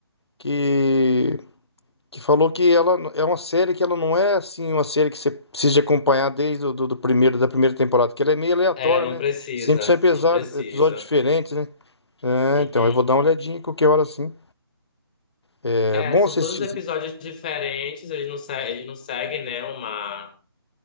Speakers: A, on the left; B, on the left.
A: que, que falou que ela é uma série que ela não é assim uma série que você precisa de acompanhar desde o do, do primeiro da primeira temporada, que ela é meio aleatória,
B: É, não
A: né?
B: precisa,
A: Sempre são epesa-
B: não precisa.
A: episódios diferentes, né? É,
B: Uhum.
A: então eu vou dar uma olhadinha qualquer hora assim. É
B: É,
A: bom
B: são
A: assistir.
B: todos episódios diferentes, eles não, se- eles não seguem, né, uma,